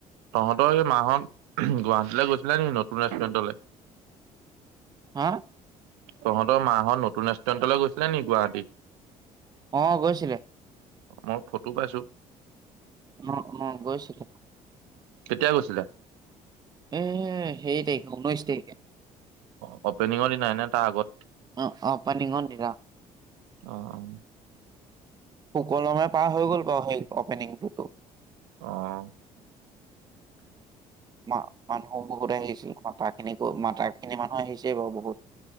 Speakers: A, on the right (about 70°); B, on the right (about 20°).
A: তহঁতৰ এইমাহত গুৱাহাটীলৈ গৈছিলা নেকি নতুন ৰেষ্টুৰেণ্টলৈ
B: হা
A: তহঁতৰ মাহঁত নতুন ৰেষ্টুৰেণ্টলৈ গৈছিলে নি গুৱাহাটী
B: অ গৈছিলে
A: মই ফটো পাইছো
B: অ অ গৈছিলো
A: কেতিয়া গৈছিলা
B: এ সেই তাৰিখে ঊনৈশ তাৰিখে
A: অ অপেনিঙৰ দিনাই নে তাৰ আগত
B: অ অপনিঙৰ দিনা
A: অহ অহ
B: সুকলমে পাৰ হৈ গ'ল বাৰু সেই অপেনিংটোতো
A: অহ
B: মা মানুহো বহুত আহিছিল মাতা খিনি মাতা খিনি মানুহ আহিছেই বাও বহুত